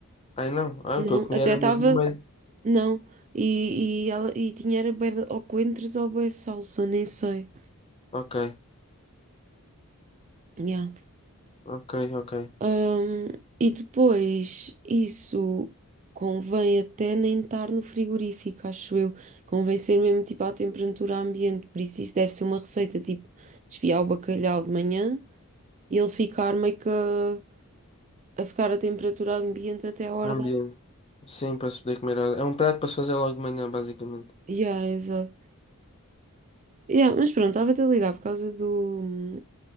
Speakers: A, on the left; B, on the right.
A: Ai não. Ah,
B: Não.
A: o que eu comi
B: Até
A: era
B: estava.
A: meio vermelho.
B: Não. E, e, ela, e tinha era bué de- ou coentros ou bué de salsa, nem sei.
A: Ok,
B: Yeah.
A: ok, ok.
B: Ahm, e depois, isso convém até nem estar no frigorífico, acho eu. Convém ser mesmo tipo à temperatura ambiente. Por isso, isso deve ser uma receita tipo desfiar o bacalhau de manhã e ele ficar meio que a, a ficar à temperatura ambiente até a hora
A: Ambiente.
B: da
A: Sim, para se poder comer. É um prato para se fazer logo de manhã, basicamente.
B: Yeah, exato. Yeah, mas pronto, estava-te a ligar por causa do,